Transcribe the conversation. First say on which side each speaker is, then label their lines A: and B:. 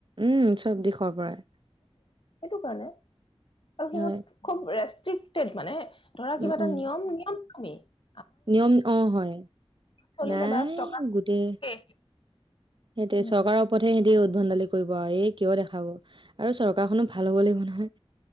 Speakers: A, on the right; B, on the left.
A: উম চব দিশৰ পৰাই।
B: সেইটো কাৰণে। আৰু সিহঁত
A: হয়।
B: খুব ৰেষ্ট। ষ্ট্ৰিকটেড মানে। ধৰা
A: উম,
B: কিবা এটা
A: উম,
B: নিয়ম নিয়ম। ম <unintelligible>
A: নিয়ম অ, হয়।
B: চলিলে
A: নাই,
B: বাছ টকা
A: গোটেই
B: শেষ
A: সিহতে
B: তেনেকুৱা
A: চৰকাৰৰ ওপৰত হে সিহতি বাল <unintelligible> কৰিব, এ কিয় দেখাব? আৰু চৰকাৰখনো ভাল হ'ব লাগিব নহয়।